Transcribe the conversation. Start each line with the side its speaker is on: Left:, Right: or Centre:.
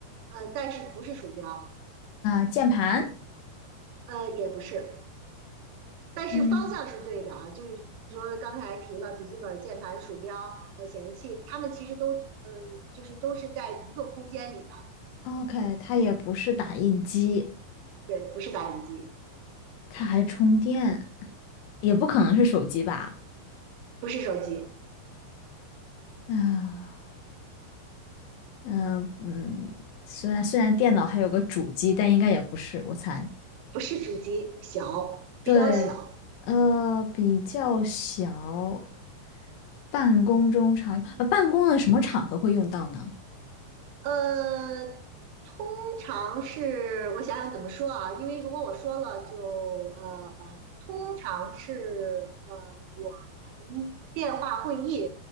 Right: 呃，但是不是鼠标，
Left: 那键盘？
Right: 呃，也不是。但是方向是对的啊，
Left: 嗯。
Right: 就是说刚才提了笔记本、键盘、鼠标、呃显示器，它们其实都呃就是都是在一个空间里的，
Left: OK，它也不是打印机，
Right: 对，不是打印机，
Left: 它还充电也不可能是手机吧？
Right: 不是手机，
Left: 啊，嗯、嗯，虽然虽然电脑还有个主机，但应该也不是，我猜。
Right: 不是主机，小，比较小，
Left: 对，呃，比较小，办公中常，呃，办公的什么场合会用到呢？
Right: 呃。通常是我想想怎么说啊，因为如果我说了就呃，通常是呃我们电话会议